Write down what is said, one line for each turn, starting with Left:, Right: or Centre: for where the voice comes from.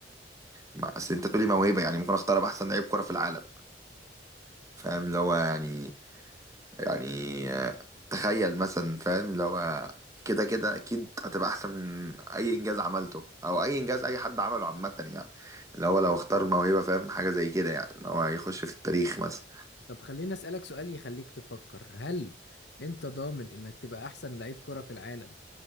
Right: ما- اصل انت تقولي موهبة يعني ممكن اختار ابقى احسن لعيب كرة في العالم فاهم اللي هو يعني يعني آه، تخيل مثلا فاهم اللي هو كده كده اكيد هتبقى احسن من اي انجاز عملته او اي انجاز اي حد عمله عامه يعني اللي هو لو اختار موهبه فاهم حاجه زي كده يعني اللي هو يخش في التاريخ مثلا
Left: طب خليني اسالك سؤال يخليك تفكر هل انت ضامن انك تبقى احسن لعيب كرة في العالم